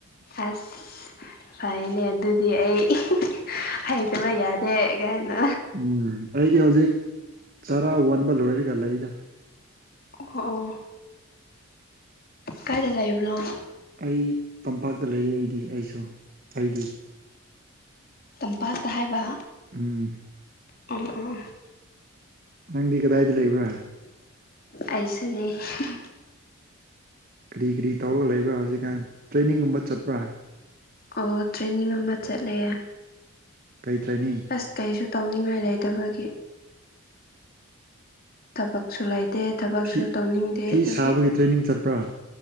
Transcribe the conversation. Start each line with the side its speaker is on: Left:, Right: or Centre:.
Left: ꯑꯁ ꯐꯩꯅꯦ ꯑꯗꯨꯗꯤ ꯑꯩ ꯍꯩꯇꯕ ꯌꯥꯗꯦ ꯀꯩꯅꯣ
Right: ꯎꯝ ꯑꯩꯗꯤ ꯍꯧꯖꯤꯛ ꯆꯔꯥ ꯋꯥꯟꯕ ꯂꯣꯏꯔꯒ ꯂꯩꯗ
Left: ꯑꯣꯍꯣ ꯑꯣ ꯀꯥꯏꯗ ꯂꯩꯕꯅꯣ
Right: ꯑꯩ ꯇꯝꯄꯥꯛꯇ ꯂꯩ ꯑꯩꯗꯤ ꯑꯩꯁꯨ ꯑꯩꯗꯤ
Left: ꯇꯝꯄꯥꯛꯇ ꯍꯥꯏꯕ
Right: ꯎꯝ
Left: ꯑꯣ ꯑꯣ
Right: ꯅꯪꯗꯤ ꯀꯗꯥꯏꯗ ꯂꯩꯕ꯭ꯔꯥ
Left: ꯑꯩꯁꯨꯅꯤ <unintelligible>
Right: ꯀ꯭ꯔꯤ ꯀ꯭ꯔꯤ ꯇꯧꯔꯒ ꯂꯩꯕ꯭ꯔꯥ ꯍꯧꯖꯤꯛꯀꯥꯟ ꯇ꯭ꯔꯦꯅꯤꯡꯒꯨꯝꯕ ꯆꯠꯄ꯭ꯔꯥ
Left: ꯑꯣ ꯇ꯭ꯔꯦꯅꯤꯡ ꯑꯃ ꯆꯠꯂꯦ
Right: ꯀꯩ ꯇ꯭ꯔꯦꯅꯤꯡ
Left: ꯑꯁ ꯀꯩꯁꯨ ꯇꯧꯅꯤꯡꯉꯥꯏ ꯂꯩꯇꯕꯒꯤ ꯊꯕꯛꯁꯨ ꯂꯩꯇꯦ ꯊꯕꯛꯁꯨ
Right: ꯐꯤ
Left: ꯇꯧꯅꯤꯡꯗꯦ
Right: ꯐꯤ
Left: ꯑꯗꯨꯒꯤ
Right: ꯁꯥꯕꯒꯤ ꯇ꯭ꯔꯦꯅꯤꯡ ꯆꯠꯄ꯭ꯔꯥ